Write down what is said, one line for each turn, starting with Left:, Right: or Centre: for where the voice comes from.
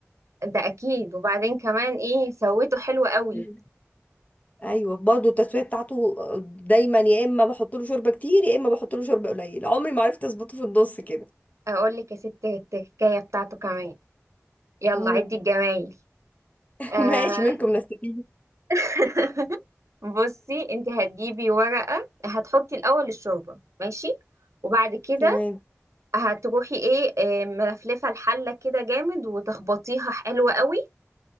Right: ده اكيد وبعدين كمان ايه سويته حلو قوي
Left: مم. ايوه برضه التسويه بتاعته دايما يا اما بحط له شوربه كتير يا اما بحط له شوربه قليل عمري ما عرفت اظبطه في النص كده
Right: اقول لك يا ستي التكايه بتاعته كمان يلا
Left: مم.
Right: عدي الجمايل
Left: <laughs>
Right: آه
Left: ماشي منكم نستفيد
Right: <laughs> بصي انت هتجيبي ورقة هتحطي الأول الشوربة ماشي وبعد كده
Left: تمام
Right: هتروحي ايه آه، ملفلفة الحلة كده جامد وتخبطيها حلوة قوي